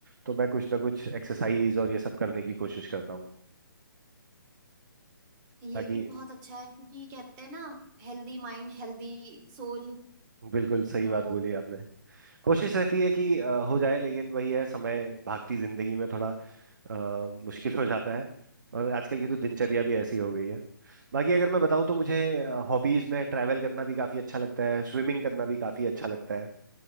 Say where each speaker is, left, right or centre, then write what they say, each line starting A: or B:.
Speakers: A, on the right (about 60°); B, on the right (about 25°).
A: तो मैं कुछ ना कुछ एक्सरसाइज और ये सब करने की कोशिश करता हूँ
B: ये
A: ताकि
B: भी बहुत अच्छा है क्योंकि कहते हैं ना हेल्दी माइंड हेल्दी सोल
A: बिल्कुल सही
B: तो
A: बात बोली आपने कोशिश रहती है कि अ, हो जाए लेकिन वही है समय भागती जिंदगी में थोड़ा अ, मुश्किल हो जाता है और आजकल की तो दिनचर्या भी ऐसी हो गई है बाकी अगर मैं बताऊं तो मुझे हॉबीज में ट्रैवल करना भी काफी अच्छा लगता है स्विमिंग करना भी काफी अच्छा लगता है